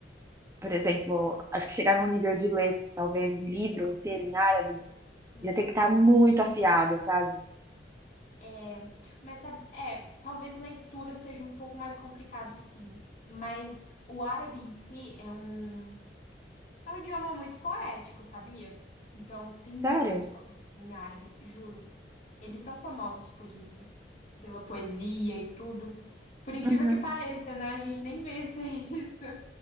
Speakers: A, on the right; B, on the left.
A: por exemplo, acho que chegar num nível de ler talvez um livro inteiro em árabe,
B: Hum,
A: já tem que estar muito afiado, sabe?
B: é, mas sabe, é, talvez leitura seja um pouco mais complicado, sim. Mas o árabe em si é um É um idioma muito poético, sabia? Então, tem muitos
A: Sério?
B: poemas em árabe, juro. Eles são famosos por isso, pela poesia e tudo. Por incrível
A: Uhum.
B: que pareça, né? A gente nem pensa <laughs> isso.